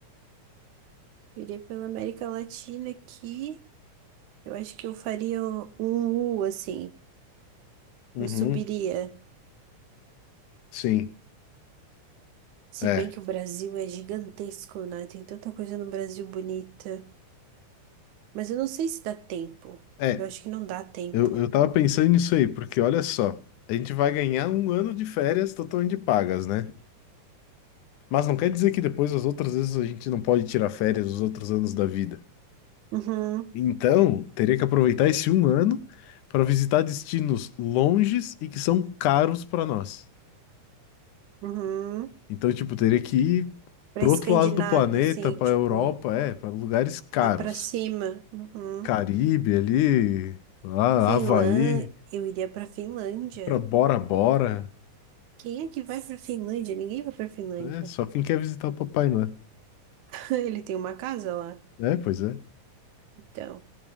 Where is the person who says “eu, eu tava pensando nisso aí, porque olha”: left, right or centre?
Left